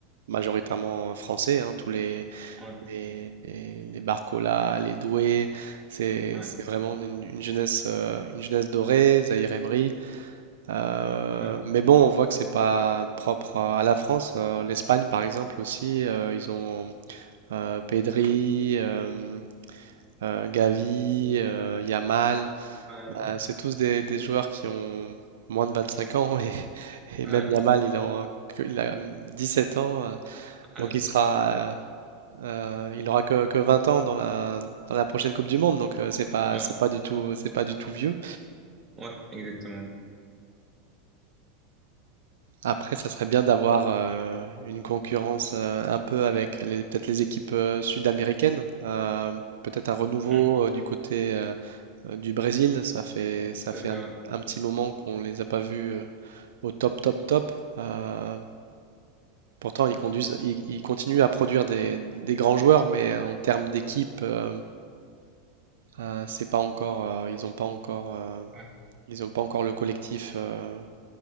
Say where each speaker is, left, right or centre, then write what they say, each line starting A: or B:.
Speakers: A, on the right (about 80°); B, on the right (about 30°).
A: majoritairement français. hein, tous les,
B: ouais,
A: les, les, les Barcola, les Doué, c'est
B: ouais,
A: c'est vraiment une, une jeunesse, euh, une jeunesse dorée, Zahir Emery. Euh,
B: ouais,
A: mais bon, on voit que c'est pas propre euh, à la France. Euh, l'Espagne, par exemple, aussi, euh, ils ont euh, Pedri, euh, euh, Gavi, euh, Yamal.
B: euh,
A: Euh, c'est tous des, des joueurs qui ont moins de 25 ans et, <laughs> et
B: ouais,
A: même Yamal, il en- que- il a 17 ans. euh,
B: ouais,
A: donc il sera, euh, il aura que, que 20 ans dans la, dans la prochaine Coupe du Monde. Donc euh, c'est pas,
B: ouais,
A: c'est pas du tout, c'est pas du tout vieux.
B: ouais, exactement.
A: Après, ça serait bien d'avoir euh, une concurrence euh, un peu avec les- peut-être les équipes euh, sud-américaines. euh, peut-être un renouveau
B: Mm,
A: euh, du côté euh, euh, du Brésil. Ça fait, ça
B: tout
A: fait
B: à fait,
A: un,
B: ouais.
A: un petit moment qu'on les a pas vus euh, au top, top, top. Euh, pourtant, ils conduisent, ils, ils continuent à produire des, des grands joueurs, mais en termes d'équipe, euh, euh, c'est pas encore, euh, ils n'ont pas encore, euh,
B: Ouais.
A: ils ont pas encore le collectif. euh,